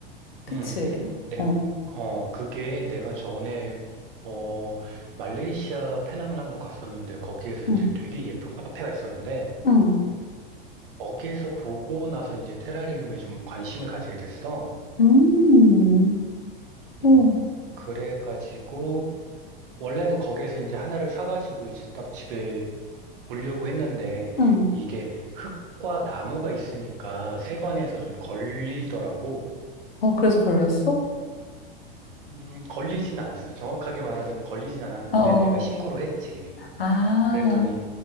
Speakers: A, on the left; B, on the right.
A: 그치?
B: 음, 내,
A: 어,
B: 어, 그게 내가 전에, 어, 말레이시아 페낭을 한번 갔었는데, 거기에서 이제
A: 응,
B: 되게 예쁜 카페가 있었는데,
A: 응,
B: 거기에서 보고 나서 이제 테라리움에 좀 관심을 가지게 됐어.
A: 음,
B: 음,
A: 어,
B: 그래가지고, 원래는 거기에서 이제 하나를 사가지고 이제 딱 집에 오려고 했는데,
A: 응.
B: 이게 흙과 나무가 있으니까 세관에서 좀 걸리더라고.
A: 어, 그래서 걸렸어?
B: 음, 걸리진 않았어. 정확하게 말하자면 걸리진 않았는데
A: 어, 어.
B: 내가 신고를 했지.
A: 아,
B: 그랬더니